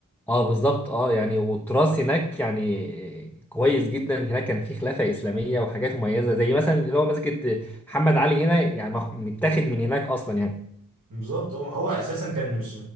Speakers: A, in the centre; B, on the right (about 75°).
A: اه بالظبط اه يعني والتراث هناك يعني كويس جدا هناك كان في خلافة إسلامية وحاجات مميزة زي مثلا اللي هو مسجد محمد علي هنا يعني مخ- متاخد من هناك أصلا يعني
B: بالظبط هو هو اساسا كان مش